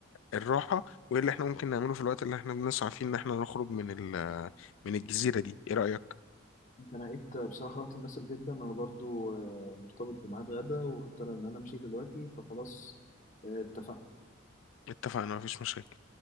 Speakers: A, on the left; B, on the left.
A: الراحة وايه اللي احنا ممكن نعمله في الوقت اللي احنا بنسعى فيه ان احنا نخرج من ال- من الجزيرة دي ايه رأيك
B: انت نقيت بصراحه وقت مناسب جدا انا برضو آه، مرتبط بميعاد غدا وهضطر ان انا امشي دلوقتي فخلاص آه، اتفقنا
A: اتفقنا مفيش مشاكل